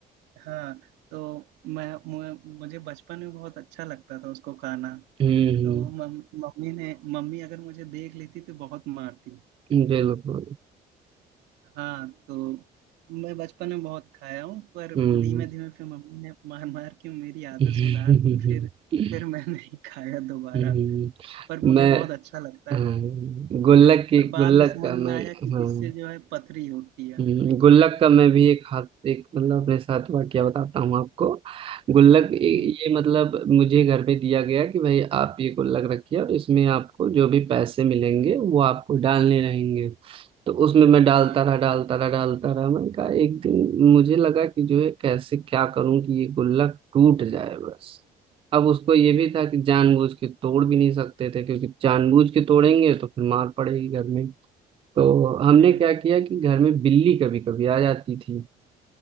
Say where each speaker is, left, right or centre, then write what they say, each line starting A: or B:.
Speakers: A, on the right; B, on the right.
A: हाँ तो मैं मु- मुझे बचपन में बहुत अच्छा लगता था उसको खाना
B: हम्म
A: तो मम, मम्मी ने मम्मी अगर मुझे देख लेती तो बहुत मारती
B: हम्म बिल्कुल
A: हाँ तो मैं बचपन में बहुत खाया हूँ पर
B: हम्म
A: धीमे धीमे फिर मम्मी ने मार मार के मेरी आदत
B: हम्म
A: सुधार
B: <laughs>
A: दी फिर
B: हम्म,
A: फिर मैं <laughs> नहीं खाया दोबारा
B: हम्म।
A: पर मुझे
B: मैं
A: बहुत अच्छा लगता
B: हाँ,
A: है
B: गुल्लक की
A: पर बाद
B: गुल्लक
A: में समझ
B: का मैं
A: में आया कि
B: हाँ
A: इससे जो है पथरी होती है
B: हम्म, गुल्लक का मैं भी एक हाथ एक मतलब अपने साथ वाकया बताता हूँ आपको गुल्लक ये ये
A: हम्म
B: मतलब मुझे घर पे दिया गया कि भाई आप ये गुल्लक रखिए और इसमें आपको जो भी पैसे मिलेंगे वो आपको डालने रहेंगे तो उसमें मैं डालता
A: हाँ
B: रहा डालता रहा डालता रहा मैंने कहा एक दिन मुझे लगा कि जो है कैसे क्या करूं कि ये गुल्लक टूट जाए बस अब उसको ये भी
A: हम्म
B: था कि जानबूझ के तोड़ भी नहीं सकते थे क्योंकि जानबूझ के तोड़ेंगे
A: हम्म
B: तो फिर मार पड़ेगी घर में तो हमने
A: हम्म
B: क्या किया कि घर में बिल्ली कभी कभी आ जाती थी